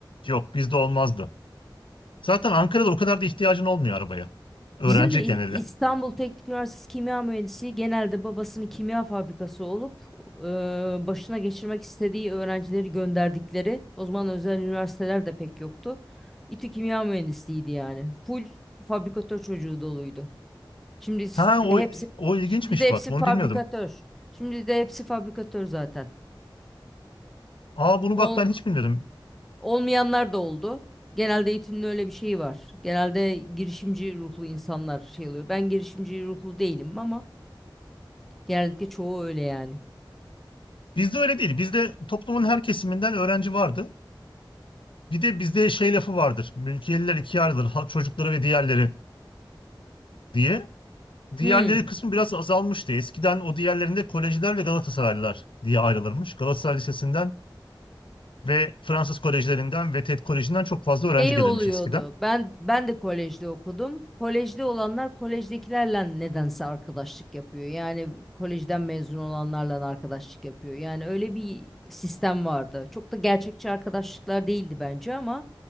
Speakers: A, on the left (about 80°); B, in the centre.
A: Yok bizde olmazdı. Zaten Ankara'da o kadar da ihtiyacın olmuyor arabaya. Öğrenciyken
B: Bizim de İ-
A: hele.
B: İstanbul Teknik Üniversitesi Kimya Mühendisi genelde babasının kimya fabrikası olup e, başına geçirmek istediği öğrencileri gönderdikleri o zaman özel üniversiteler de pek yoktu. İTÜ Kimya Mühendisliğiydi yani. Full fabrikatör çocuğu doluydu. Şimdi s-
A: Ha o,
B: hepsi
A: o ilginçmiş
B: şimdi de hepsi
A: bak. Onu
B: fabrikatör.
A: bilmiyordum.
B: Şimdi de hepsi fabrikatör zaten.
A: Aa bunu
B: Ol-
A: bak ben hiç bilmiyordum.
B: olmayanlar da oldu. Genelde eğitimde öyle bir şey var. Genelde girişimci ruhlu insanlar şey oluyor. Ben girişimci ruhlu değilim ama genellikle çoğu öyle yani.
A: Bizde öyle değil. Bizde toplumun her kesiminden öğrenci vardı. Bir de bizde şey lafı vardır. Mülkiyeliler ikiye ayrılır. Halk çocukları ve diğerleri diye. Diğerleri
B: Hmm.
A: kısmı biraz azalmıştı. Eskiden o diğerlerinde kolejciler ve Galatasaraylılar diye ayrılırmış. Galatasaray Lisesi'nden ve Fransız kolejlerinden ve TED Koleji'nden çok fazla
B: Şey
A: öğrenci gelirmiş
B: oluyordu.
A: eskiden.
B: Ben ben de kolejde okudum. Kolejde olanlar kolejdekilerle nedense arkadaşlık yapıyor. Yani kolejden mezun olanlarla arkadaşlık yapıyor. Yani öyle bir sistem vardı. Çok da gerçekçi arkadaşlıklar değildi bence ama